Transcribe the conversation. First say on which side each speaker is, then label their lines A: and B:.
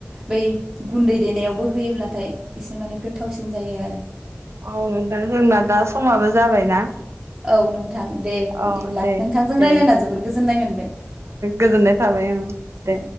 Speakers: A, on the right; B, on the right.
A: बै गुन्दै देनायावबो होयोब्लाथाय इसे माने गोथावसिन जायो आरो।
B: औ दा जोंना दा समाबो जाबायना।
A: औ नों नोंथां दे
B: औ
A: बिदिब्ला
B: दे
A: नोंथांजों
B: दे
A: रायलायना
B: बिदिब्ला
A: जोबोर गोजोननाय मोनबाय
B: गोजोननाय थाबाय औ
A: दे।
B: दे।